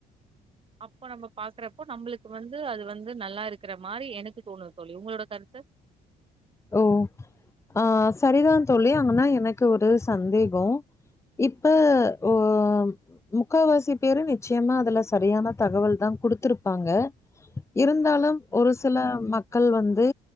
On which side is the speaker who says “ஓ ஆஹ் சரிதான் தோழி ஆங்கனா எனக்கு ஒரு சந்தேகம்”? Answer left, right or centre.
Left